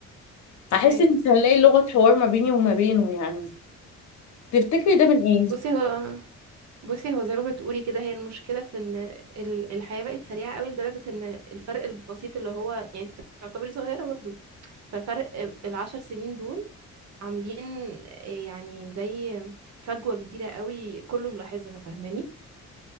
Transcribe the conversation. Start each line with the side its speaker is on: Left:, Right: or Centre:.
Left: هحس
Right: ايوه
Left: ان مش هنلاقي لغة حوار ما بيني وما بينه يعني تفتكري ده من ايه
Right: بصي هو بصي هو زي ما بتقولي كده هي المشكلة في ان ال- الحياة بقت سريعة قوي لدرجة ان الفرق البسيط اللي هو يعني انت تعتبري صغيرة برضو فالفرق العشر سنين دول عاملين يعني زي فجوة كبيرة قوي كله ملاحظها فاهماني